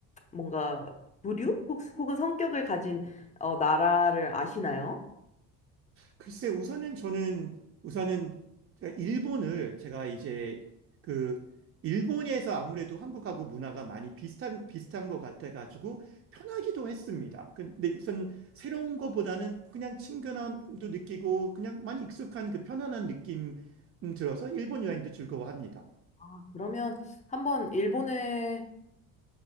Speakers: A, on the left; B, on the right.
A: 뭔가 부류 혹, 혹은 성격을 가진 어 나라를 아시나요?
B: 글쎄, 우선은 저는, 우선은, 일본을 제가 이제 그, 일본에서 아무래도 한국하고 문화가 많이 비슷한, 비슷한 것 같아가지고 편하기도 했습니다. 근데 우선 새로운 것보다는 그냥 친근함도 느끼고 그냥 많이 익숙한 그 편안한 느낌 음, 들어서 일본 여행도 즐거워합니다.
A: 아, 그러면 한번 일본에도